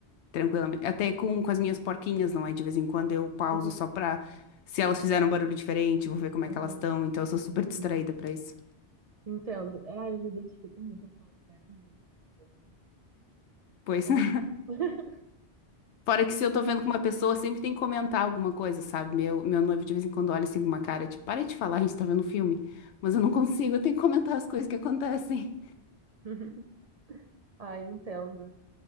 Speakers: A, on the left (about 80°); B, on the right (about 65°).
A: Tranquilamente. Até com, com as minhas porquinhas, não é? De vez em quando eu pauso
B: Aham,
A: só pra. Se elas fizeram um barulho diferente, vou ver como é que
B: aham,
A: elas estão. Então eu sou super distraída
B: sim.
A: pra isso.
B: Entendo. Ah, eu me identifico muito, eu falo várias vezes também, nossa.
A: Pois.
B: É.
A: <laughs>
B: <laughs>
A: Fora que se eu tô vendo com uma pessoa, sempre tem que comentar alguma coisa, sabe? Meu, meu noivo de vez em quando olha assim com uma cara, tipo, para de falar, a gente tá vendo um filme. Mas eu não consigo, eu tenho que comentar as coisas que acontecem.
B: <laughs> Ai, entendo.